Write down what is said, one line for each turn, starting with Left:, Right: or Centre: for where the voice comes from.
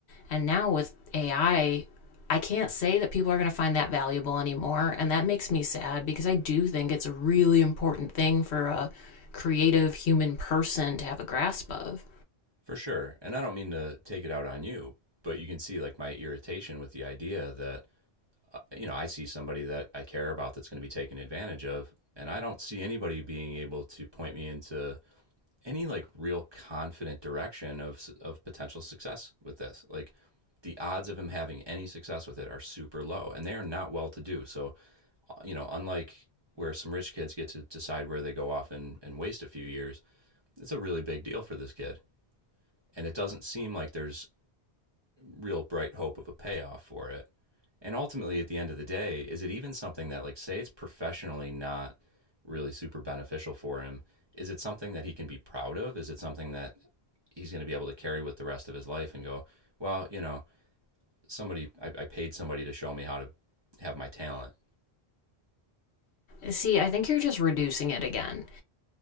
Left: and now with ai I can't say that people are going to find that valuable anymore. And that makes me sad because I do think it's a really important thing for a creative human person to have a grasp of.
Right: For sure. And I don't mean to take it out on you, but you can see like my irritation with the idea that you know, I see somebody that I care about that's going to be taken advantage of and I don't see anybody being able to point me into any like real confident direction of of potential success with this. Like the odds of him having any success with it are super low and they are not well to do. So, uh, you know, unlike where some rich kids get to decide where they go off and, and waste a few years, it's a really big deal for this kid. And it doesn't seem like there's real bright hope of a payoff for it. And ultimately, at the end of the day, is it even something that, like, say it's professionally not really super beneficial for him? Is it something that he can be proud of? Is it something that he's going to be able to carry with the rest of his life and go, well, you know, somebody, I, I paid somebody to show me how to have my talent.
Left: See, I think you're just reducing it again.